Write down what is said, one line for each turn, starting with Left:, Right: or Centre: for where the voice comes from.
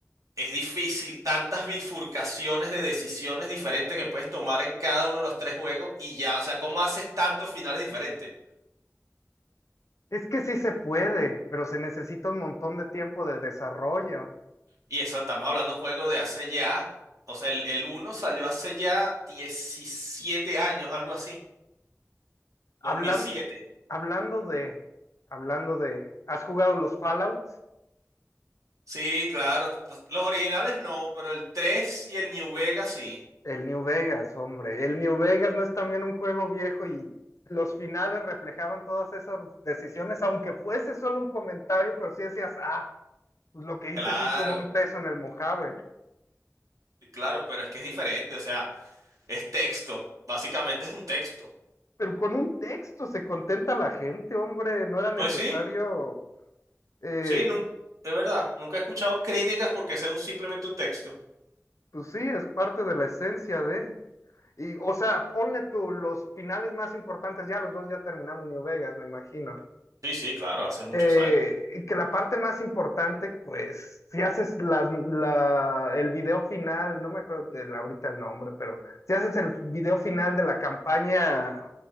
Right: es difícil tantas bifurcaciones de decisiones diferentes que puedes tomar en cada uno de los tres juegos y ya, o sea, ¿cómo haces tantos finales diferentes?
Left: Es que sí se puede, pero se necesita un montón de tiempo de desarrollo.
Right: Y eso, estamos hablando de un juego de hace ya, o sea, el, el uno salió hace ya 17 años, algo así,
Left: Hablan-
Right: dos mil siete
Left: hablando de, hablando de, ¿has jugado los Fallout?
Right: Sí, claro, pues, los originales no, pero el 3 y el New Vegas sí.
Left: El New Vegas, hombre. El New Vegas no es también un juego viejo y los finales reflejaban todas esas decisiones, aunque fuese solo un comentario, pero sí decías, ah, pues lo que hice
Right: Claro,
Left: sí tuvo un peso en el Mojave.
Right: claro, pero es que es diferente, o sea, es texto, básicamente es un texto.
Left: Pero con un texto se contenta la gente, hombre. No era necesario
Right: Pues sí,
Left: eh,
Right: sí, nunca, es verdad, nunca he escuchado críticas porque sea un, simplemente un texto.
Left: Pues sí, es parte de la esencia de. Y, o sea, ponle tú los finales más importantes, ya los dos ya terminamos New Vegas, me imagino.
Right: Sí, sí, claro, hace muchos
Left: Eh,
Right: años.
Left: y que la parte más importante, pues, si haces las- la, el video final, no me acuerdo el- ahorita el nombre, pero si haces el video final de la campaña